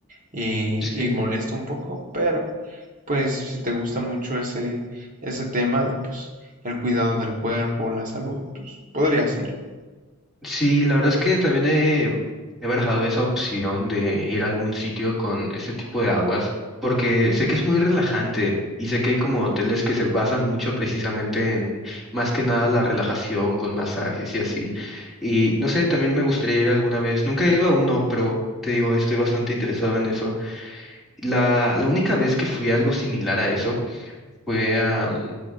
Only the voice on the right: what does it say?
y,
y molesta un poco, pero pues si te gusta mucho ese, ese tema de pues el cuidado del cuerpo, la salud, pues podrías ir.